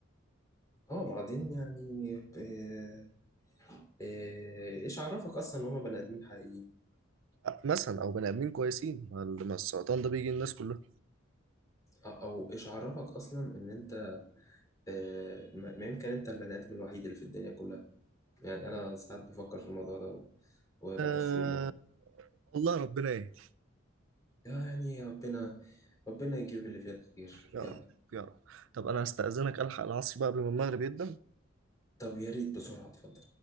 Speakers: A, on the left; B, on the right.
A: اه بعدين يعني آه، إيه- ايش عرفك اصلا ان هما بني ادمين حقيقيين
B: آه، مثلا او بني ادمين كويسين ما ال- ما السرطان ده بيجي الناس كلها
A: او أو ايش عرفك اصلا ان انت آه، ما ما يمكن انت البني ادم الوحيد اللي في الدنيا كلها يعني انا ساعات بفكر في الموضوع ده و- وبحسه
B: أه...
A: م-
B: والله ربنا يهدي
A: يعني ربنا ربنا يجيب اللي فيه الخير
B: يا
A: يلا
B: رب يا رب طب انا هستأذنك الحق العصر بقى قبل ما المغرب يبدأ
A: طب يا ريت بسرعة اتفضل